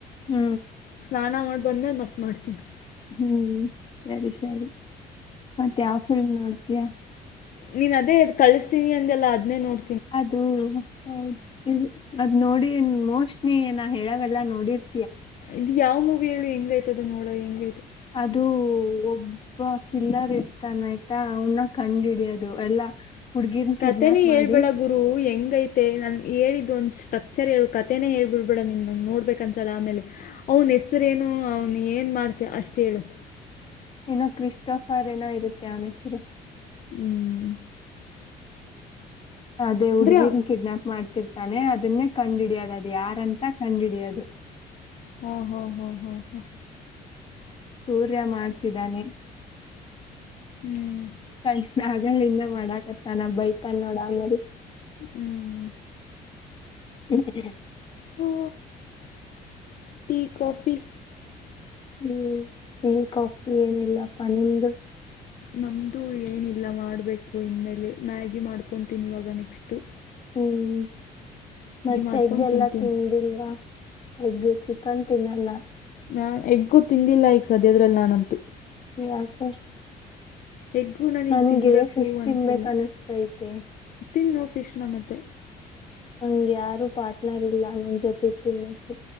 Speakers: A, on the left (about 30°); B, on the left (about 55°).
A: ಹ್ಮ.
B: ಸ್ನಾನ ಮಾಡಿ ಬಂದೇ ಮತ್ತ ಮಾಡ್ತಿತಿ.
A: ಹ್ಮ ಸರಿ ಸರಿ ಮತ್ತ ಯಾವ ಫಿಲ್ಮ್ ನೋಡ್ತಯಾ.
B: ನೀನ್ ಅದೇ ಕಳಿಸ್ತೀನಿ ಅಂದ ಎಲ್ಲ ಅದ್ನೇ ನೋಡ
A: ಅದು ಹೌದ ಇ ಅದ್ ನೋಡಿ ಮೋಸ್ಟ ನೀ ನಾ ಹೇಳಾವಲ್ಲಾ ನೋಡಿರ್
B: ಇದು ಯಾವ ಮೂವಿ ಹೇಳು ಹೆಂಗ ಆಯ್ತದ ನೋಡ ಹೆಂಗ
A: ಅದು ಒಬ್ಬ ಕಿಲ್ಲರ್ ಇರ್ತಾನ ಆಯ್ತ ಅವನ್ನ ಕಂಡ ಹಿಡಿಯೋದು ಎಲ್ಲಾ ಹುಡ್ಗಿರ್ನ್ ಕಿಡ್ನಾಪ್
B: ಕತೆೆನೇ ಹೇಳ್ಬೇಡ
A: ಮಾಡಿ
B: ಗುರು ಹೆಂಗ ಐ ನಾನ್ ಹೇಳಿದ್ದ ಒಂದ ಸ್ಟ್ರಕ್ಚರ್ ಹೇಳು ಕತೆನೇ ಹೇಳ್ಬಿಡ್ಬೇಡ ನೋಡ್ಬೇಕು ಅನ್ಸಲ್ಲ ಆಮೇಲೆ ಅವನ ಹೆಸರೇನು ಅವ್ನ ಏನ ಮಾಡ್ತ ಅಷ್ಟ ಹೇಳು.
A: ಏನೋ ಕ್ರಿಸ್ಟೋಫರ್ ಏನೋ ಇರುತ್ತೆ ಅವನ ಹೆಸರು.
B: ಹ್ಮ.
A: ಅದೇ ಹುಡ್ಗಿರ್ನ
B: ಹಾಂ
A: ಕಿಡ್ನಾಪ್ ಮಾಡ್ತ ರ್ತಾನೆ ಅದನ್ನೇ ಕಂಡಹಿಡಿಯದ ಅದು ಯಾರಂತ ಕಂಡ ಹಿಡಿಯದು.
B: ಹಾ ಹಾ ಹಾ ಹಾ ಹಾ.
A: ಸೂರ್ಯ ಮಾಡ್ತಿದ್ದಾನೆ
B: ಹ್ಞೂ
A: ಕ ಆಗ ಹಿಂದ ಮಾಡಾಕತ್ತಾನ ಬೈತ ನೋಡ ಆಮೇಲ
B: ಹ್ಮ.
A: <inaudible>
B: ಆ ಟಿ ಕಾಫಿ.
A: ಹ್ಮ ಟಿ ಕಾಫಿ ಏನಿಲ್ಲಪ್ಪ ನಿಮ್ದು.
B: ನಮ್ದು ಏನಿಲ್ಲ ಮಾಡ್ಬೇಕು ಇನ್ಮೇಲೆ ಮ್ಯಾಗಿ ಮಾಡ್ಕೊತೀನಿ ಇವಾಗ ನೆಕ್ಸ್ಟ
A: ಹ್ಮ. ಮತ್ತೆ
B: ಮಾಡ್ಕೊಂಡು
A: ಎಗ್ ಎಲ್ಲ
B: ತಿಂತೀನಿ
A: ತಿಂದಿಲ್ವಾ ಎಗ್ ಚಿಕನ್ ತಿನ್ನಲ್ಲ.
B: ನಾ ಎಗ್ಗು ತಿಂದಿಲ್ಲ ಈಗ ಸದ್ಯದ್ರಲ್ಲಿ ನಾನಂತು.
A: ಯಾಕಾಶ್
B: ಎಗ್ಗು
A: ನನಗೆ
B: ತಿನ್ನಬೇಕು
A: ಫಿಶ್ ತಿನ್ಬೇಕ
B: ಅನಿಸಿಲ್ಲ
A: ಅನಿಸ್ತೈತೆ.
B: ತಿನ್ನು ಫಿಶ್ನ ಮತ್ತೆ.
A: ನಂಗ ಯಾರು ಪಾರ್ಟ್ನರ್ ಇಲ್ಲ ನನ್ ಜೊತೆ ತಿನ್ನೋಕೆ.